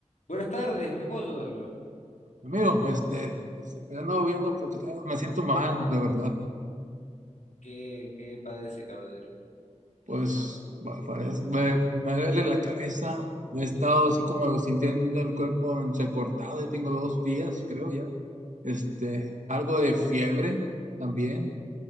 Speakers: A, on the left (about 85°); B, on the right (about 85°).
A: Buenas tardes, ¿en qué puedo ayudarlo?
B: Amigo, este, este, ando viendo porque tengo- me siento mal, de verdad.
A: ¿Qué, qué padece, caballero?
B: Pues pa- parece, me, me duele la cabeza. He estado así como sintiendo el cuerpo entrecortado. Ya tengo dos días, creo ya. Este, algo de fiebre también.